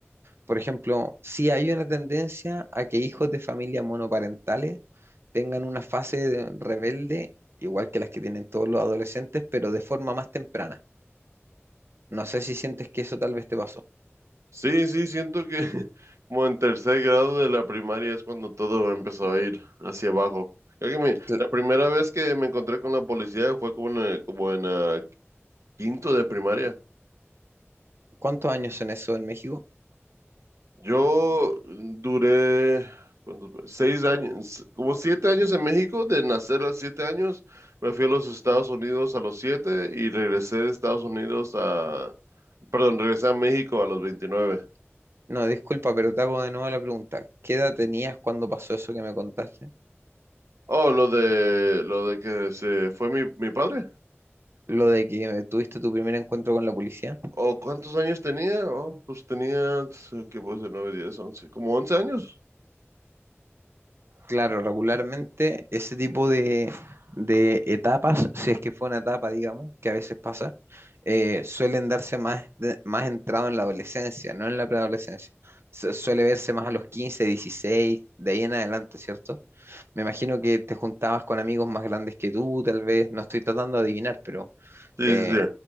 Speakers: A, on the right (about 60°); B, on the right (about 85°).
A: Por ejemplo, sí hay una tendencia a que hijos de familias monoparentales tengan una fase de- rebelde, igual que las que tienen todos los adolescentes, pero de forma más temprana. No sé si sientes que eso tal vez te pasó.
B: Sí, sí, siento que <laughs> como en tercer grado de la primaria es cuando todo empezó a ir hacia abajo. Creo que mi-
A: Cla-
B: la primera vez que me encontré con la policía fue como en, eh, como en ah, Quinto de primaria.
A: ¿Cuántos años son eso en México?
B: Yo mm, duré ¿cuánto fue? seis años, como siete años en México, de nacer a los siete años, me fui a los Estados Unidos a los siete y regresé de Estados Unidos a, perdón, regresé a México a los veintinueve
A: No, disculpa, pero te hago de nuevo la pregunta. ¿Qué edad tenías cuando pasó eso que me contaste?
B: Oh, lo de, lo de que se fue mi, mi padre.
A: Lo de que tuviste tu primer encuentro con la policía.
B: ¿O cuántos años tenía? Oh, pues tenía, ¿qué puede ser? nueve diez once como 11 años.
A: Claro, regularmente ese tipo de, de etapas, si es que fue una etapa, digamos, que a veces pasa, eh, suelen darse más, de- más entrado en la adolescencia, no en la preadolescencia. Su- suele verse más a los 15 16 de ahí en adelante, ¿cierto? Me imagino que te juntabas con amigos más grandes que tú, tal vez, no estoy tratando de adivinar, pero
B: Sí,
A: eh,
B: sí, sí,